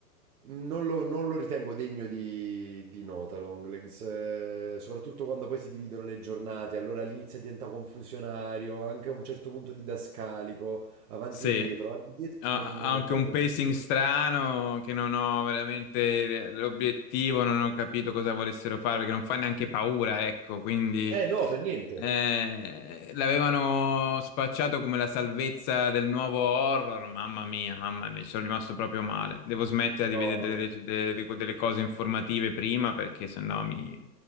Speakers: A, on the right; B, on the left.
A: non lo, non lo ritengo degno di, di nota Longlegs, eh, soprattutto quando poi si dividono le giornate, allora l'inizio diventa confusionario, anche a un certo punto didascalico, avanti
B: Sì.
A: e dietro, avanti e dietro,
B: Ha
A: non, non
B: ha
A: mi
B: anche
A: ha fatto
B: un pacing
A: impazzire.
B: strano che non ho veramente l'obiettivo, non ho capito cosa volessero fare perché non fa neanche paura, ecco, quindi
A: Eh no, per niente.
B: eh, l'avevano spacciato come la salvezza del nuovo horror, mamma mia, mamma mia, ci sono rimasto proprio male. Devo smettere di
A: No,
B: vedere
A: no,
B: delle, rec- de- de- delle cose informative prima perché sennò mi...